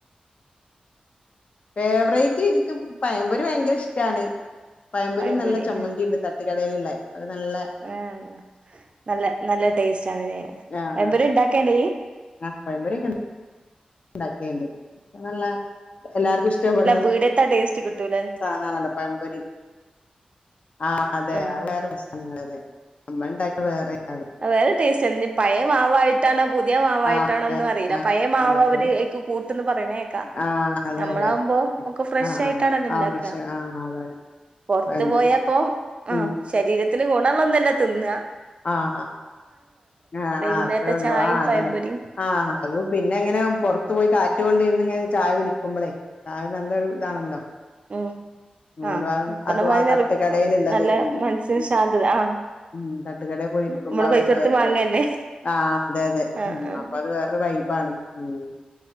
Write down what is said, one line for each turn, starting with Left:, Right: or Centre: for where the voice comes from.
Left: ഫേവറേറ്റ് ഇൻക്ക് പയംമ്പൊരി ഭയ്ങ്കര ഇഷ്ട്ടാണ്. പയംപൊരീം
Right: പഴംപൊരി
Left: നല്ല ചമ്മന്തി ണ്ട് തട്ടുകടയില്ള്ളെ അത് നല്ലെ.
Right: ആഹ് നല്ല നല്ല ടേസ്റ്റ് ആണ്ലെ.
Left: ആഹ്
Right: പഴംപൊരിണ്ടാക്കണ്ടയ്യ്?
Left: ആഹ് ആഹ് പഴംപൊരിക്കെണ്ടാക്കണ്ട്. നല്ല എല്ലാർക്കും ഇഷ്ട്ടപ്പെട്ന്ന.
Right: പീട്യേത്തെ ടേസ്റ്റ് കിട്ടൂലേ.?
Left: സാനാണല്ലോ പഴംമ്പൊരി. ആഹ് അതെ
Right: ആ
Left: <unintelligible> <unintelligible> നമ്മള് ണ്ടാക്കിയ വേറെക്കാരം.
Right: അഹ് വേറെ ടേസ്റ്റ് ന്നെ. നി പയേ മാവായിട്ടാണോ പുതിയ മാവായിട്ടാണോ
Left: ആഹ് അതെ
Right: ഒന്നും അറിയില്ല,
Left: ആഹ്
Right: പയേ
Left: അതന്നെ
Right: മാവ്
Left: അതെ
Right: അവര്. ക് കൂട്ടുന്ന് പറയണേക്കാ
Left: ആഹ് അതെ
Right: നമ്മളാവുമ്പോം
Left: അതെ അതെ അതെ
Right: ഒക്കെ ഫ്രഷ
Left: ആഹ്
Right: ആയിട്ടാണല്ലോ
Left: ആഹ്
Right: ണ്ടാക്കാ.
Left: ആഹ് ഫ്രഷ് ആഹ് അതാണ്
Right: പൊർത്ത്
Left: പഴംപൊരി
Right: പോയപ്പോ ആഹ്
Left: ഉം
Right: ശരീരത്തിന് ഗുണള്ള ഒന്നല്ല തിന്നാ.
Left: ആഹ് ആഹ്
Right: വൈകുന്നേരത്തെ
Left: അത്രേ ഉള്ളൂ
Right: ചായയും
Left: ആഹ് അതന്നേയാ.
Right: പഴംപൊരിയും
Left: ആഹ് അതും പിന്നെ ഇങ്ങനെ പുറത്തു പോയി കാറ്റ്കൊണ്ടിര്ന്ന്ങ്ങനെ ചായ കുടിക്കുബ്ലെ. ആഹ് നല്ലൊരു ഇതാണല്ലോ.
Right: ഉം
Left: അതുകൊണ്ട്
Right: അഹ്
Left: അതും
Right: അത്മാരി
Left: ആ തട്ടുകടയിലുള്ളത്
Right: നല്ല
Left: ഉം
Right: മനസ്സിന്
Left: ഉം
Right: ശാന്തത ആഹ്
Left: ഉം തട്ടുകടെ പോയിരിക്കുമ്പോ
Right: നമ്മള്
Left: ആഒര്ത്
Right: പൈസ കൊടുത്ത്
Left: വേറെഇതാ.
Right: വാങ്ങല്ലേ
Left: ആഹ് അതെ അതെ
Right: ആഹ്
Left: ഉം
Right: ആഹ്
Left: അപ്പൊ അത് വേറെരു വൈബാണ് ഉം